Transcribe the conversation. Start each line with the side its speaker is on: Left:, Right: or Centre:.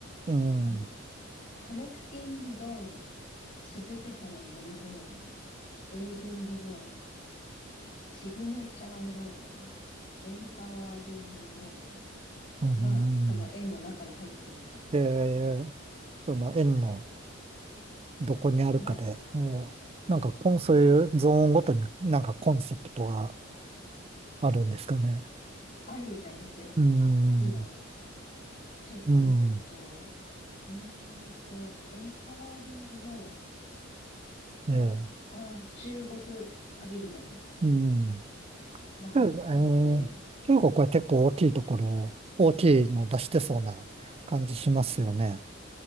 Right: うん、
Left: あの、
Right: うん。
Left: コネクティングゾーン、静けさの森ゾーン、セービングゾーン、シグネチャーゾーン、エンパワーリングゾーンが、
Right: うんうん
Left: その円の中に入ってるみたいです。
Right: えその円の、どこにあるかで、
Left: はい。
Right: えーなんかこん、そういうゾーンごとになんかコンセプトがあるんですかね。
Left: あるみたいですよ。
Right: うーん、
Left: 今、ちょっと見てると、
Right: うん、
Left: うーんと、エンパワーリングゾーン
Right: ええ
Left: は、あ、中国パビリオン
Right: うん。で
Left: が入っていて、
Right: えー中国は結構大きいところ、大きいの出してそうな感じしますよね。